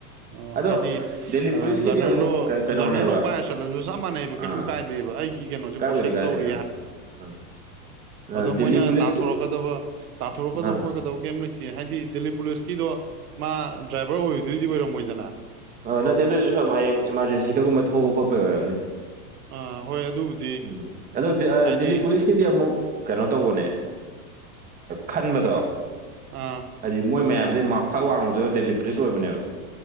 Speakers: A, on the right; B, on the right.
A: ꯑꯣ
B: ꯑꯗꯣ
A: ꯍꯥꯏꯗꯤ
B: ꯗꯦꯜꯂꯤ ꯄꯨꯂꯤꯁꯀꯤꯗꯤ
A: ꯂꯔꯅꯔꯗꯣ
B: ꯑꯃꯨꯛ ꯀꯩ ꯀꯩꯅꯣꯅꯦꯕ
A: ꯂꯔꯅꯔꯗꯣ ꯄꯥꯏꯔ ꯆꯠꯂꯁꯨ ꯆꯞ ꯃꯥꯟꯅꯩꯑꯕꯣ ꯀꯩꯁꯨꯝ
B: ꯑꯥ
A: ꯀꯥꯏꯗꯦꯕ ꯑꯩꯒꯤ ꯀꯩꯅꯣꯁꯦ
B: ꯀꯥꯏꯕꯨꯗꯤ
A: ꯄ꯭ꯔꯣꯁꯦꯁ
B: ꯀꯥꯏꯗꯦ
A: ꯇꯧꯔꯤ ꯍꯥꯏ
B: <inaudible>
A: ꯑꯗꯣ ꯃꯣꯏꯅ
B: ꯄꯨꯂꯤꯁꯀꯤ
A: ꯇꯥꯟꯊꯣꯔꯛꯀꯗꯕ ꯇꯥꯟꯊꯣꯔꯛꯀꯗꯕ
B: ꯑꯥ
A: ꯈꯣꯠꯀꯗꯕ ꯀꯩꯝ ꯂꯩꯇ ꯇꯦ ꯍꯥꯏꯗꯤ ꯗꯦꯜꯂꯤ ꯄꯨꯂꯤꯁꯀꯤꯗꯣ ꯃꯥ ꯗ꯭ꯔꯥꯏꯚꯔ ꯑꯣꯏꯔꯗꯣꯏꯗꯤ ꯑꯣꯏꯔꯝꯃꯣꯏꯗꯅ
B: ꯍꯣꯏ ꯅꯠꯇꯦ ꯑꯗꯨꯑꯣꯏꯁꯨ ꯁꯔ ꯍꯌꯦꯡ ꯏꯃꯥꯔꯖꯦꯟꯁꯤꯗꯒꯨꯝꯕ ꯊꯧꯕ ꯈꯣꯠꯄꯩ ꯑꯣꯏꯔꯕꯅꯤ
A: ꯑꯥ ꯍꯣꯏ ꯑꯗꯨꯕꯨꯗꯤ
B: ꯎꯝ ꯑꯗꯣ
A: ꯍꯥꯏꯗꯤ
B: ꯗꯤꯜꯂꯤ ꯄꯨꯂꯤꯁ ꯁꯤꯗꯤ ꯑꯃꯨꯛ ꯀꯩꯅꯣ ꯇꯧꯕꯅꯦ ꯈꯟꯕꯗꯣ
A: ꯑꯥ
B: ꯍꯥꯏꯗꯤ ꯃꯣꯏ ꯃꯌꯥꯝꯗꯩ ꯃꯥ ꯈ꯭ꯋꯥꯏ ꯋꯥꯡꯕꯗꯨꯅ ꯗꯦꯂꯤ ꯄꯨꯂꯤꯁ ꯑꯣꯏꯕꯅꯦꯕ